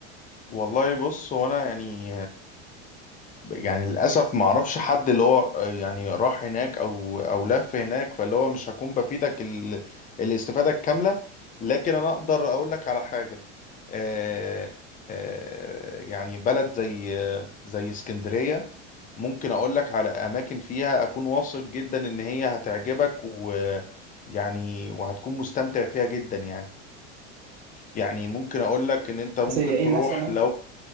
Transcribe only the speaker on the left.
والله بص هو انا يعني يعني للأسف ما اعرفش حد اللي هو يعني راح هناك أو أو لف هناك فاللي هو مش هكون بفيدك ال... الاستفادة الكاملة لكن أنا أقدر أقول لك على حاجة آه... آه... يعني بلد زي زي اسكندرية ممكن أقول لك على أماكن فيها أكون واثق جدا إن هي هتعجبك و يعني وهتكون مستمتع فيها جدا يعني يعني ممكن أقول لك إن أنت ممكن
تروح
لو